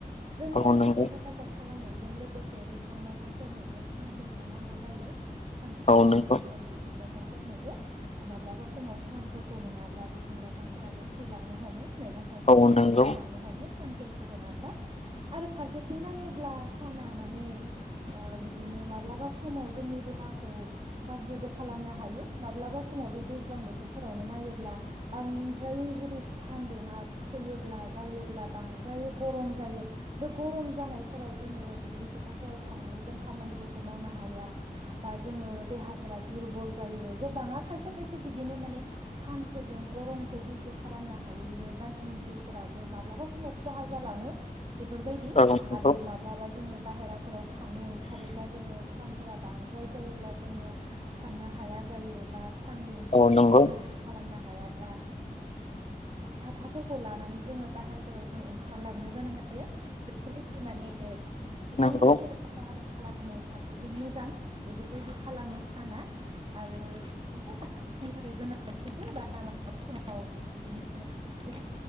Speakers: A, on the right; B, on the left.
A: जों
B: औ
A: मानसिखौ
B: नंगौ
A: हेफाजाब, खालामनायजों लोगोसे बिफां लाइफांफोरनोबो सानफोरखौ नांगौ जायो। सान्दुंफोरखौ
B: औ नंगौ
A: नांगौ जायो बिफां लाइफां, फोरनोबो माब्लाबा समाव सानफोरखौ मोनाब्ला बिफां लाइफांफोराबो थैलांनो हमो मैगं थाइगंफोराबो
B: औ नंगौ
A: थैलांनो हमो सान, फोरखौ मोनाब्ला आरो फारसेथिं नायोब्ला साना माने ओ बिदिनो माबबा समाव जोंनि देहाखौ गाज्रिबो खालामनो हायो माब्लाबा समाव बे दैज्लां बोथोराव नायोब्ला बांद्राय, जुदि सानदुङा फैयोब्ला जायोब्ला बांद्रायो गरम जायो बे गरम जानायफोराव जोङो दुब्लि फोथारफोराव थांनानै जों खामानिफोरखौ मावनो हाया बा जोङो देहाफोरा दुरबल जायो गोबाङा खायसे खायसे बिदिनो माने सानफोरजों गरमखौ हैज' खालामनो हायिनो मानसिनि जिउफोराबो माब्लाबा समाव खहा जालाङो। बेफोरबायदि
B: औ नंगौ
A: आरो माब्लाबा जोङो बाहेराफोराव थांनो ओंखारोब्ला जोङो सान फोरा बांद्राय जायोब्ला जोङो थांनो हाया जायो बा, सान्दुंफोरखौ
B: औ नंगौ
A: जोङो हैज' खालामना, हायाब्ला साथाफोरखौ लानानै जोङो बाहेरफोराव जों ओंखारलांनो गोनां जायो बेफोरबायदि माने फारसेथिं
B: नंगौ
A: नायोब्ला खहाबो खालामो फारसेथिं मोजां बेफोरबायदि खालामो साना आरो नंगौ साना जोंनि थाखाय गोनां <inaudible> आव बिदिनोबो